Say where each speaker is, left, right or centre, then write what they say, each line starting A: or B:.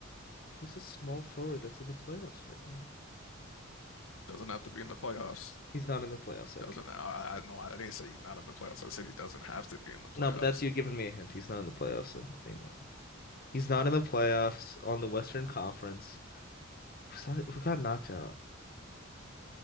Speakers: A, on the left; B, on the left.
A: Who's the small forward that's in the playoffs right now?
B: Doesn't have to be in the playoffs.
A: He's not in the playoffs. Okay.
B: Doesn't I, I no, I didn't say he's not in the playoffs. I said he doesn't have to be in the playoffs.
A: No, but that's you giving me a hint. He's not in the playoffs anymore. He's not in the playoffs on the Western Conference. Who's not, who got knocked out?